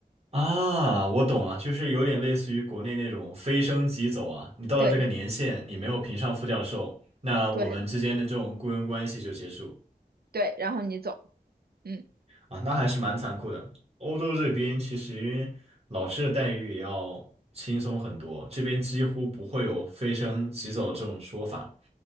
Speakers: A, on the right; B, on the right.
A: 啊，我懂了，就是有点类似于国内那种非升即走啊，你到了这个年限，
B: <laughs> 对
A: 你没有评上副教授，那我们之间的这种雇佣关系就结束
B: 对对，然后你走，嗯。
A: 啊，那还是蛮残酷的。欧洲这边其实老师的待遇也要轻松很多，这边几乎不会有非升即走的这种说法，